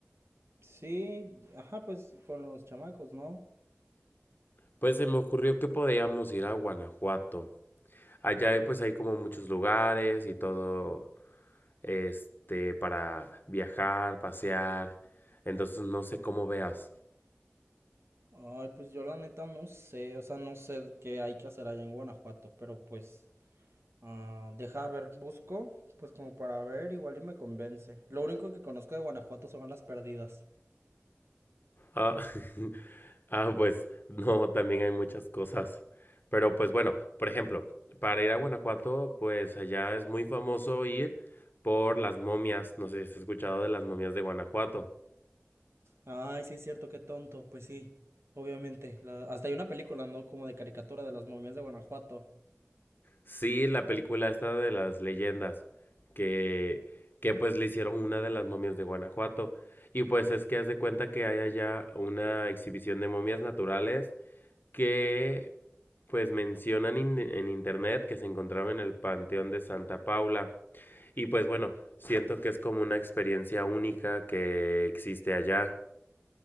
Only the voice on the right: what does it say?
Sí, ajá, pues con los chamacos, ¿no?
Ay, pues yo la neta no sé, o sea, no sé qué hay que hacer allá en Guanajuato, pero pues, ah, deja ver, busco, pues como para ver, igual y me convence. Lo único que conozco de Guanajuato son las perdidas.
Ay, sí es cierto, qué tonto, pues sí, obviamente. la- hasta hay una película, ¿no? Como de caricatura de las momias de Guanajuato.